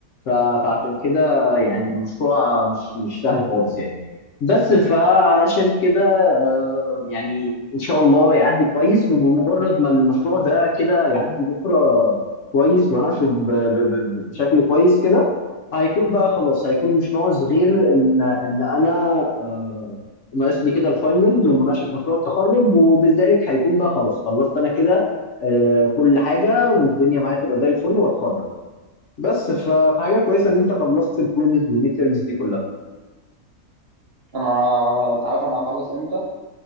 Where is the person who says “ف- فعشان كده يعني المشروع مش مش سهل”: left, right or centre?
Left